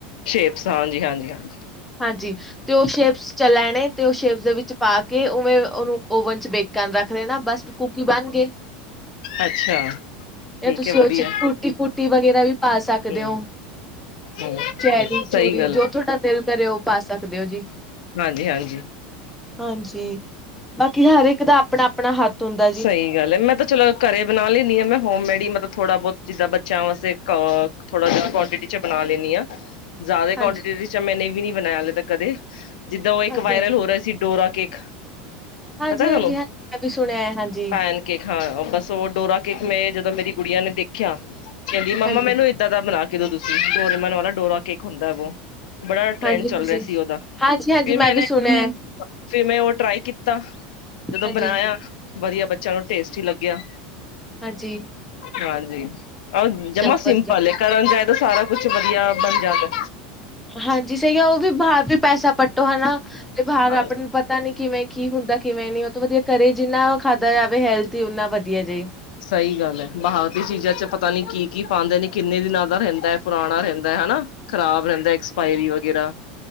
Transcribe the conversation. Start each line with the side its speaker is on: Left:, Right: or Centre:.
Left: ਸ਼ੇਪਸ ਹਾਂਜੀ ਹਾਂਜੀ ਹਾਂਜੀ
Centre: ਹਾਂਜੀ, ਤੇ ਓ ਸ਼ੇਪਸ ਚੱਲ ਲੈਨੇ ਤੇ ਓ ਸ਼ੇਪਸ ਦੇ ਵਿੱਚ ਪਾ ਕੇ ਉਵੇਂ ਓਨੂੰ ਓਵਨ ਚ ਬੇਕ ਕਰਨ ਰੱਖ ਦੇਨਾ, ਬੱਸ ਕੂਕੀ ਬਾਨਗੇ।
Left: ਅੱਛਾ।
Centre: ਯਾ,
Left: ਠੀਕ
Centre: ਤੁਸੀਂ
Left: ਹੈ
Centre: ਓਦੇ
Left: ਵਧੀਆ
Centre: ਚ ਟੂਟੀ-ਫੂਟੀ ਵਗੈਰਾ ਵੀ ਪਾ ਸਕਦੇ
Left: ਹਮ
Centre: ਓ।
Left: ਹਮ
Centre: ਚੈਰੀ-ਚੂਰੀ
Left: ਸਹੀ ਗੱਲ
Centre: ਜੋ ਥੋਡਾ ਦਿਲ ਕਰੇ ਓ ਪਾ ਸਕਦੇ ਓ ਜੀ।
Left: ਹਾਂਜੀ-ਹਾਂਜੀ।
Centre: ਹਾਂਜੀ, ਬਾਕੀ ਹਰ ਇੱਕ ਦਾ ਆਪਣਾ ਆਪਣਾ ਹੱਥ ਹੁੰਦਾ ਜੀ
Left: ਸਹੀ ਗੱਲ ਹੈਏ ਮੈਂ ਤਾਂ ਚਲੋ ਘਰੇ ਬਣਾ ਲੈਂਨੀ ਹਾਂ, ਮੈਂ ਹੋਮੇਡ ਹੀ ਮਤਲਬ ਥੋੜਾ ਬਹੁਤ ਜਿੱਦਾਂ ਬੱਚਿਆਂ ਵਾਸਤੇ ਅ ਥੋੜਾ ਜਾਂ ਕੁਆਂਟਿਟੀ ਚ ਬਣਾ ਲੈਨੀ ਆ। ਜ਼ਿਆਦਾ
Centre: ਹਾਂਜੀ
Left: ਕੁਆਂਟਿਟੀ ਮੈਨੇ ਵੀ ਨੀ ਬਣਾਇਆ ਹੱਲੇ ਤਕ ਕਦੇ, ਜਿੱਦਾਂ ਉਹ ਇੱਕ
Centre: ਹਾਂਜੀ
Left: ਵਾਇਰਲ
Centre: ਹਾਂਜੀ
Left: ਹੋ ਰਿਹਾ ਸੀ ਡੋਰਾ ਕੇਕ
Centre: ਹਾਂਜੀ
Left: ਪਤਾ ਤੁਹਾਨੂੰ
Centre: ਹਾਂਜੀ ਹਾਂਜੀ ਮੈਂ ਵੀ ਸੁਣਿਆ ਹੈ ਹਾਂਜੀ
Left: ਪੈਨ ਕੇਕ ਹਾਂ ਬਸ ਉਹ ਡੋਰਾ ਕੇਕ ਮੈਂ ਮੇਰੀ ਕੁੜੀਆਂ ਨੇ ਦੇਖਿਆ ਕਹਿੰਦੀ ਮਮਾਂ
Centre: ਹਾਂਜੀ
Left: ਮੈਨੂੰ ਇੱਦਾਂ ਦਾ ਬਣਾ ਕੇ ਦੋ ਤੁਸੀਂ, ਡੋਰੇਮੋਨ ਵਾਲਾ ਡੋਰਾ ਕੇਕ ਹੁੰਦਾ ਵੋ ਬੜਾ ਟ੍ਰੈਂਡ
Centre: ਹਾਂਜੀ-ਹਾਂਜੀ,
Left: ਚੱਲ ਰਿਹਾ ਸੀ ਉਹਦਾ,
Centre: ਹਾਂਜੀ-ਹਾਂਜੀ
Left: ਫਿਰ
Centre: ਮੈਂ
Left: ਮੈਂਨੇ
Centre: ਵੀ ਸੁਣਿਆ ਐ,
Left: ਫਿਰ ਮੈਂ ਉਹ ਟਰਾਈ ਕੀਤਾ। ਤਾ ਜਦੋਂ
Centre: ਹਾਂਜੀ-ਹਾਂਜੀ।
Left: ਬਣਾਇਆ, ਵਧੀਆ ਬੱਚਿਆਂ ਨੂੰ ਟੇਸਟੀ ਲੱਗਿਆ
Centre: ਹਾਂਜੀ
Left: ਹਾਂਜੀ, ਆ ਜਮਾ
Centre: ਚੱਲ
Left: ਸਿੰਪਲ
Centre: ਵਧੀਆ।
Left: ਕਰਨ ਜਾਏ ਤਾਂ ਸਾਰਾ ਕੁਛ ਵਧੀਆ ਬਣ ਜਾਂਦਾ
Centre: ਹਾਂਜੀ, ਸਹੀ ਆ ਉਹ ਵੀ ਬਾਹਰ ਵੀ ਪੈਸਾ ਪੱਟੋ ਹਨਾ, ਤੇ ਬਾਹਰ
Left: ਹਾਂਜੀ।
Centre: ਆਪਣੇ ਨੂੰ ਪਤਾ ਨੀ ਕਿਵੇਂ ਕੀ ਹੁੰਦਾ ਕਿਵੇਂ ਨੀ ਉਹ ਤੋਂ ਵਧੀਆ ਕਰੇ ਜਿੰਨਾ ਖਾਧਾ ਜਾਵੇ ਹੈਲਦੀ ਊਨਾ ਵਧੀਆ ਜੇ।
Left: ਸਹੀ ਗੱਲ ਹੈ, ਬਾਹਰ ਦੀਆਂ ਚੀਜ਼ਾਂ ਚ ਪਤਾ ਨੀ ਕੀ ਕੀ ਪਾਉਂਦੇ ਨੇ ਕਿੰਨੇ ਦਿਨਾਂ ਦਾ ਰਹਿੰਦਾ ਹੈ ਪੁਰਾਣਾ ਰਹਿੰਦਾ ਹਨਾ ਖ਼ਰਾਬ ਰਹਿੰਦਾ ਐਕਸਪਾਇਰੀ ਵਗੈਰਾ।